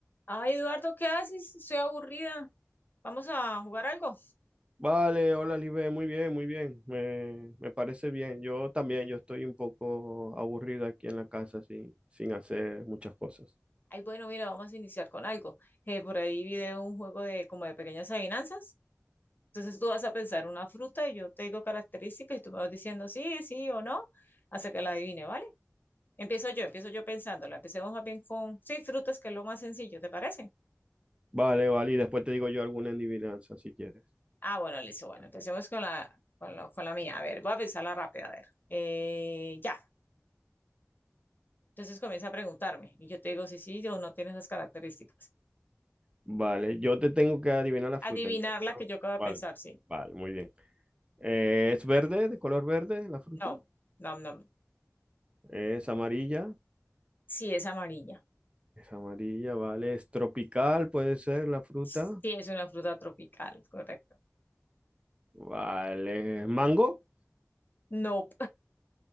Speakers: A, on the left; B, on the right.
A: Ay, Eduardo, ¿qué haces? Estoy aburrida. ¿Vamos a jugar algo?
B: Vale, hola Libe, muy bien, muy bien, me, me parece bien. Yo también, yo estoy un poco aburrido aquí en la casa sin, sin hacer muchas cosas.
A: Ay, bueno, mira, vamos a iniciar con algo. Eh, por ahí vi de un juego de como de pequeñas adivinanzas. Entonces tú vas a pensar una fruta y yo te digo características y tú me vas diciendo sí, sí o no, hasta que la adivine, ¿vale? Empiezo yo, empiezo yo pensándola. Empecemos más bien con, sí, frutas, que es lo más sencillo, ¿te parece?
B: Vale, vale, y después te digo yo alguna adivinanza si quieres.
A: Ah, bueno, listo, bueno, empecemos con la, con lo- con la mía. A ver, voy a pensarla rápida, a ver. Eh, ya. Entonces comienza a preguntarme y yo te digo si sí o no tienes esas características.
B: Vale, yo te tengo que adivinar la fruta
A: Adivinar
B: entonces,
A: la que
B: ¿no?
A: yo acabo de
B: Vale,
A: pensar, sí.
B: vale, muy bien. Eh, ¿es verde, de color verde la fruta?
A: No, no, no.
B: ¿Es amarilla?
A: Sí, es amarilla.
B: Es amarilla, vale. ¿Es tropical, puede ser la fruta?
A: Sí, es una fruta tropical, correcto.
B: Vale, ¿mango?
A: No,